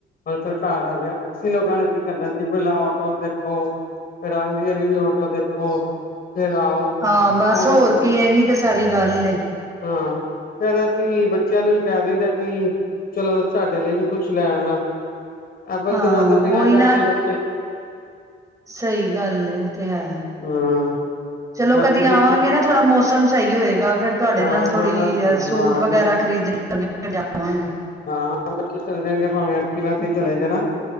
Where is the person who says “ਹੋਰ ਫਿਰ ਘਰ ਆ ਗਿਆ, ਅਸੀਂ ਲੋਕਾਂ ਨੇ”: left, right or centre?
Left